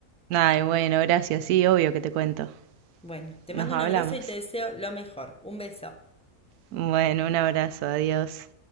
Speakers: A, on the right; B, in the centre.
A: Ay, bueno, gracias, sí, obvio que te cuento.
B: Bueno, te
A: Nos
B: mando
A: hablamos.
B: un abrazo y te deseo lo mejor. Un beso.
A: Bueno, un abrazo, adiós.